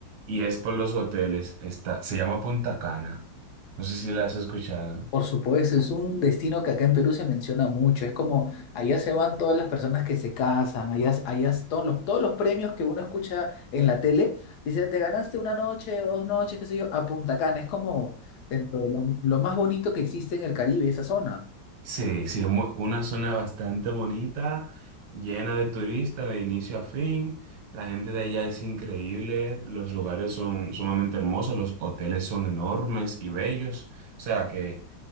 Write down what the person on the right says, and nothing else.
y es por los hoteles. Está, se llama Punta Cana. No sé si la has escuchado.
Sí, sí, es mu- una zona bastante bonita, llena de turistas de inicio a fin. La gente de allá es increíble, los lugares son sumamente hermosos, los hoteles son enormes y bellos. O sea que...